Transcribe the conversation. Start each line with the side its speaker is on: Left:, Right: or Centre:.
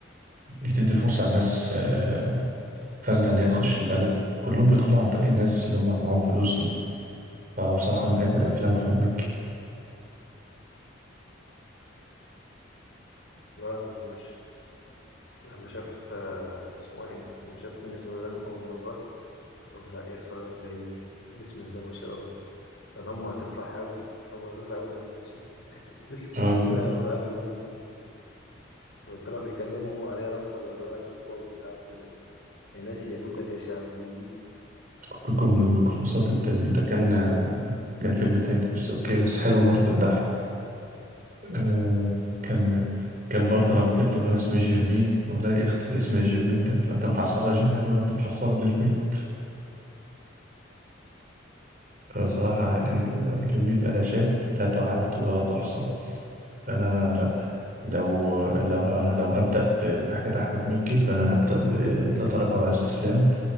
Right: بتدي فرصة لناس آه، فاسدة إن هي تخش البلد كلهم بيدخلوا عن طريق الناس اللي هم معاهم فلوس دي فبصراحة من أجمل أفلام أحمد مكي
Left: لا، ماشي لما شاف آه، اسمه ايه لما شاف من سلام اول مره بقول لها ايه صلاه العيد بسم الله ما شاء الله ده أنا امه هتفرح قوي او هتفرح قوي لما تشوف <laughs>
Right: آه، ده
Left: فعلا راحت لامه طلع بيكلم امه عليها اصلا وانه عايز يخطبها وبتاع ولا- يا ناس يا لوكال يا شعبيين
Right: فككم من الميكروباصات التانية ده كان آه، كان فيلم تاني بس أوكي بس حلو برضه بتضحك آه، كان كان برضه لما كانت بتقول له أنا اسمي جيرمين والله يا أختي اسمي جيرمين ده لا أنت محصلة جهال ولا أنت محصلة ديرمين أنا صراحة يعني أنا كمية ألاشات لا تعد ولا تحصى أنا لو لو لو لو هبدأ في في حاجات أحمد مكي فأنا هبدأ ب لا تراجع ولا استسلام